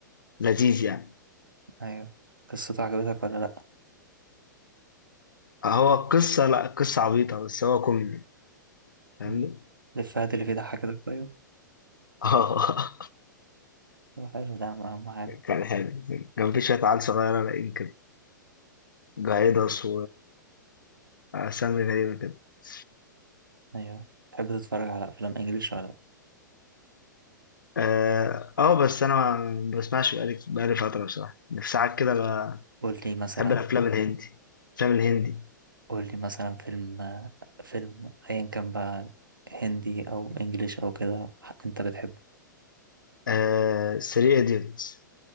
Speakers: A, on the left; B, on the right.
A: لذيذ يعني
B: أيوه قصته عجبتك ولا لأ؟
A: هو قصه لا قصه عبيطه بس هو كوميدي فاهمني
B: مم. الإفيهات اللي فيه ضحكتك طيب؟
A: اه
B: طب حلو ده أهم أهم حاجة
A: <laughs> كان حلو كان في شويه عيال صغيره لاقيين كده جايدس واسامي غريبه كده <laughs>
B: أيوه تحب تتفرج على أفلام إنجليش ولا لأ؟
A: اه آه، بس انا ما بسمعش بقالي بقالي فتره بصراحه في ساعات كده ب-
B: قول لي مثلا
A: بحب الافلام الهندي الافلام الهندي
B: قول لي مثلا فيلم فيلم أيا كان بقى هندي أو إنجليش أو كده أنت بتحبه
A: آه سري ايديوتس